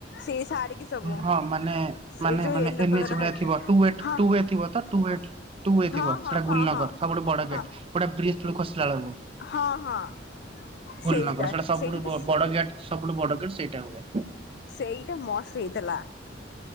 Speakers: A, on the left (about 60°); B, on the right (about 30°).
A: ସେ ସାଡିକି ସବୁ
B: ହଁ ମାନେ
A: ସେ
B: ମାନେ
A: ଯୋଉ
B: ମାନେ
A: ୟେଲୋ
B: ଏନ୍
A: କଲର
B: ଏଚ୍ ଭଳିଆ
A: ହ୍ୱାଇଟ୍
B: ଥିବ ଟୁ ଏଟ୍
A: ହଁ
B: ଟୁ ୱେ ଥିବ ତ। ଟୁ ୱେଟ୍ ଟୁ ୱେ
A: ହଁ
B: ଥିବ
A: ହଁ
B: ସେଇଟା
A: ହଁ
B: ଗୁଲନଗର
A: ହଁ
B: ସବୁଠୁ ବଡ
A: ହଁ
B: ଗେଟ୍ ଗୋଟେ ବ୍ରିଜ ତଳୁକୁ ଖସିଲା ଏଳୁକୁ।
A: ହଁ ହଁ ସେଇଟା
B: ଗୁଲନଗର ସେଟା ସବୁଠୁ
A: ସେଇଟା
B: ବ-ବଡ ଗେଟ୍ ସବୁଠୁ ବଡ ଗେଟ୍ ସେଇଟା ହୁଏ।
A: ସେଇଟା ମସ୍ତ ହେଇଥେଲା।